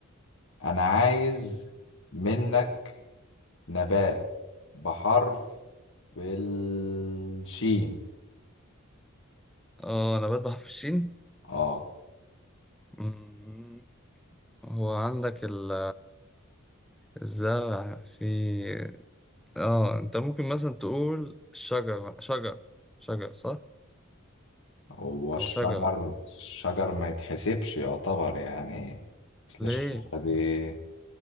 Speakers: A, on the left; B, in the centre.
A: أنا عايز منك نبات بحرف بالشين
B: اه نبات بحرف الشين
A: اه
B: مم. هو عندك ال الزرع في اه انت ممكن مثلا تقول شجر شجر شجر صح
A: هو الشجر
B: او شجر
A: الشجر ما يتحسبش يعتبر يعني أصل
B: ليه
A: الشجرة دي